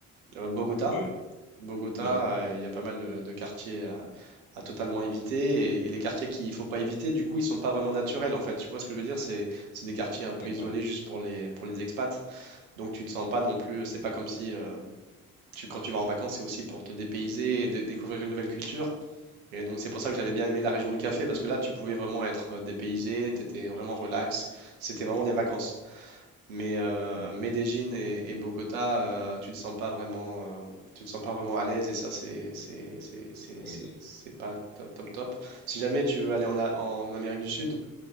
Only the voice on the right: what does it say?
Euh, Bogota,
Bogota,
euh, il y a pas mal de, de quartiers à, à totalement éviter et, et les quartiers qu'il faut pas éviter, du coup ils sont pas vraiment naturels en fait. Tu vois ce que je veux dire? C'est c'est des quartiers un peu
isolés juste pour les pour les expats. Donc tu te sens pas non plus, c'est pas comme si euh, tu, quand tu vas en vacances, c'est aussi pour te dépayser et dé- découvrir une nouvelle culture. Et donc c'est pour ça que j'avais bien aimé la région du café, parce que là tu pouvais vraiment être euh, dépaysé, t'étais vraiment relax, c'était vraiment des vacances. Mais euh,
Medellín et, et Bogota, euh, tu te sens pas vraiment, euh, tu te sens pas vraiment à l'aise et ça c'est c'est c'est c'est
c'est- c'est pas top top top. Si jamais tu veux aller en, A- en Amérique du Sud,